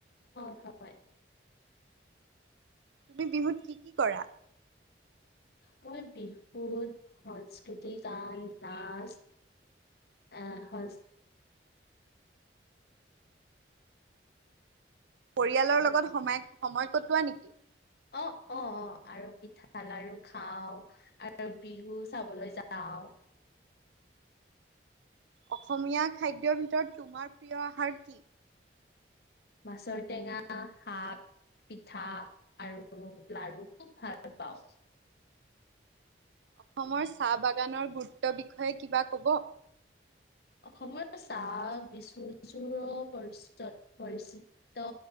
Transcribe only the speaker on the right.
তুমি বিহুত কি কি কৰা?
পৰিয়ালৰ
লগত সময় সময় কটোৱা নেকি?
অসমীয়া খাদ্যৰ ভিতৰত তোমাৰ প্ৰিয় আহাৰ কি?
অসমৰ চাহ বাগানৰ গুৰুত্বৰ বিষয়ে কিবা ক'ব?